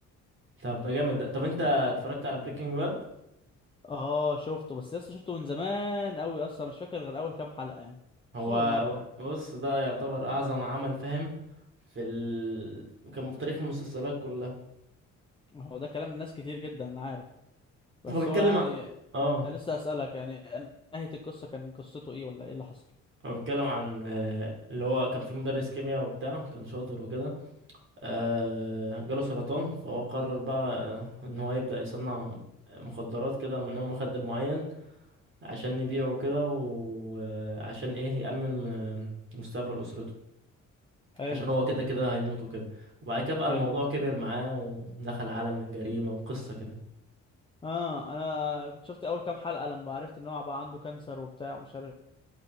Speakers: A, on the right (about 40°); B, on the left (about 15°).
A: طب ده جامد ده. طب انت اتفرجت على بريكنج باد
B: اه شفته بس لسه شفته من زمان قوي اصلا مش فاكر غير اول كام حلقة يعني
A: هو
B: مش شفتوش غير مرة يعني
A: بص ده يعتبر اعظم عمل فاهم في ال... كان في تاريخ المسلسلات كلها
B: هو ده كلام الناس كتير جدا انا عارف بس
A: هو بيتكلم
B: هو يعني
A: عن... اه
B: انا لسه اسألك يعني نهاية القصة كان قصته ايه ولا ايه اللي حصل
A: هو بيتكلم عن آه، اللي هو كان في مدرس كيمياء وبتاع كان شاطر وكده آه، جاله سرطان فهو قرر بقى آه، ان هو يبدأ يصنع مخدرات كده من نوع مخدر معين عشان يبيعه وكده وعشان ايه يأمن آه، مستقبل أسرته
B: حلو
A: عشان هو كده كده هيموت وكده وبعد كده بقى
B: حلو
A: الموضوع كبر معاه ودخل عالم الجريمة وقصة كده
B: اه انا كنت شفت اول كام حلقه لما عرفت ان هو بقى عنده كانسر وبتاع ومش عارف